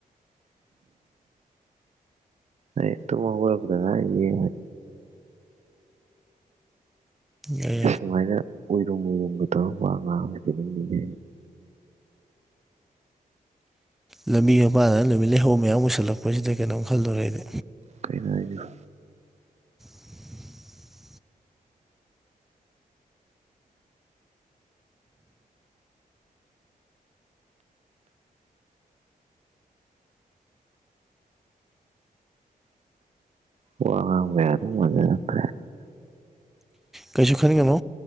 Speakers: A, on the right (about 45°); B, in the centre.
A: ꯑꯩ ꯇꯨꯝ ꯍꯧꯒꯣꯠꯂꯛꯄꯇ ꯉꯥꯏꯔꯤꯌꯦ
B: ꯑꯦ
A: ꯁꯨꯃꯥꯏꯅ ꯎꯏꯔꯨꯝ- ꯎꯏꯔꯨꯝꯒ ꯇꯧꯔꯒ ꯋꯥ ꯉꯥꯡꯕꯖꯦ ꯀꯩꯅꯣꯝ ꯅꯤꯡꯖꯤꯡꯉꯦ꯫
B: ꯂꯝꯕꯤꯒ ꯃꯄꯥꯟꯅ ꯂꯝꯕꯤ ꯂꯩꯍꯧ ꯃꯌꯥꯝ ꯄꯨꯁꯜꯂꯛꯄꯁꯤꯗ ꯀꯩꯅꯣꯝ ꯈꯜꯂꯨꯔ ꯑꯩꯗꯤ
A: ꯀꯩꯅꯣ ꯍꯥꯏꯖꯤꯕꯨ
B: <inaudible>
A: ꯋꯥ ꯉꯥꯡꯕ ꯃꯊꯧ ꯃꯟꯗꯦꯗ
B: ꯀꯩꯁꯨ ꯈꯟꯒꯅꯣ